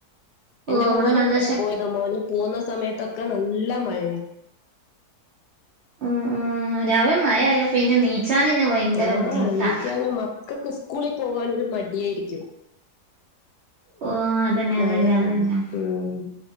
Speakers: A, on the right; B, on the left.
A: ഓ
B: എന്റെ
A: ഇവിടെ
B: മോന്
A: നല്ല
B: ഇന്ന്
A: ശക്
B: പോയത് മോന് പോന്നു സമയത്തൊക്കെ നല്ല മഴയ
A: ഉം ഉം രാവിലെ മഴയായ പിന്നെ നീച്ചാനന്നെ ഭയങ്കര
B: ആ
A: ബുദ്ധിമുട്ടാ
B: എനിക്കാനും മക്കക്ക് സ്കൂളിൽ പോകാനൊരു മടി യായിരിക്കും
A: ഓ അതന്നെ
B: മഴയാകുംമ്പോ
A: അതന്നെ അതന്നെ
B: ഉം